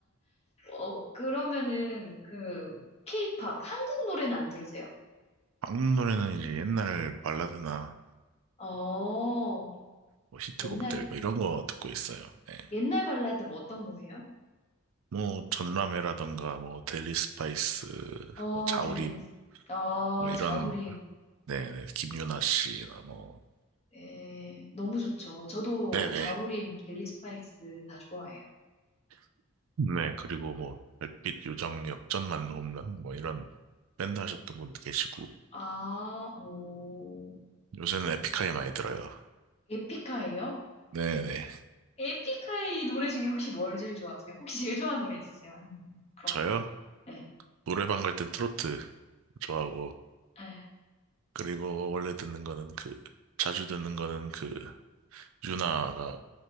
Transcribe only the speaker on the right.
한국 노래는 이제 옛날 발라드나
뭐 히트곡들
뭐 이런 거 듣고 있어요. 네.
뭐 전람회라던가 뭐 데일리 스파이스
뭐 자우림
뭐 이런
네네 김유나 씨나 뭐
네네
네 그리고 뭐 별빛 요정 역전만 홈런 뭐 이런 밴드 하셨던 분도 계시고
요새는 에픽하이 많이 들어요.
네네
저요
노래방 갈 땐 트로트 좋아하고
그리고 원래 듣는 거는 그 자주 듣는 거는 그 유나가